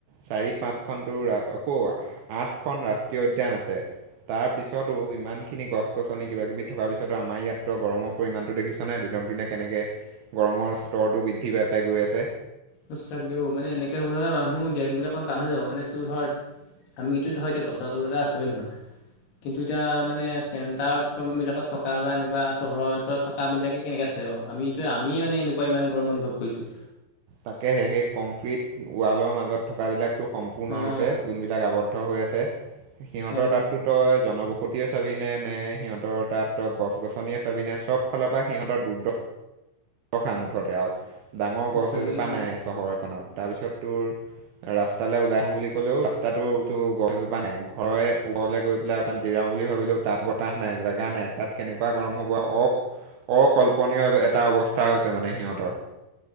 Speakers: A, on the right; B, on the left.
A: চাৰি পাঁচখনতো আক আঠ খন ৰাষ্ট্ৰীয় উদ্যান আছে। তাৰ পিছতো ইমানখিনি গছ গছনি কিবা কিবি থকাৰ পিছতো, আমাৰ ইয়াতো গৰমৰ পৰিমাণটো দেখিছ নে দিনক দিনে তেনেকে গৰমৰ স্তৰটো বৃদ্ধি পাই পাই গৈ আছে।
B: সুচাগে অ' মানে এনেকে হ'ব হ'লে মানুহ জীয়াই থিবলৈ অকণ তানে হৈ যাব, মানে তোৰ ধৰ আমি এইটো ধৰা এতিয়া গছৰ তলতে আছোঁ হয় নে নহয়? কিন্তু এতিয়া মানে, চেণ্টাৰবিলাকত থকা বা এনেকুৱা চহৰৰ অঞ্চত থকা বিলাকে কেনেকে আছে বাৰু, আমিতো আমিয়ে মানে এনেকুৱা ইমান গৰম অনুভৱ কৰিছোঁ।
A: তাকেহে সেই কংক্ৰিট, ৱালৰ মাজত থকা বিলাকো সম্পূৰ্ণৰূপে
B: অঁ
A: যোনবি জেগা আৱদ্ধ হৈ আছে, সিহঁতৰ
B: হয় হয়
A: তাঁতটো তই জনবসতিয়ে চাবিনে নে, নে সিহঁতৰ তাত গছ-গছনিয়ে চাবিনে চব ফালৰ পৰা সিহঁতৰ দুৰ্দ ৰখা মুঠতে, আৰু ডাঙৰ
B: সঁচাকৈ
A: গছ এজোপা
B: অ'
A: নাই চহৰখনত তাৰপিছত তোৰ ৰাস্তালে ওলাই আহো বুলি কলেও ৰাস্তাটো গছজোপা নাই, ঘৰৰে ঘৰলে গৈ পেলাই মান জিৰাও বুলি ভাবিলো তাত বতাহ নাই জেগা নাই, তাত কেনেকুৱা গৰম হ'ব অ' অকল্পনীয় এটা অৱস্থা হৈছে মানে সিহঁতৰ।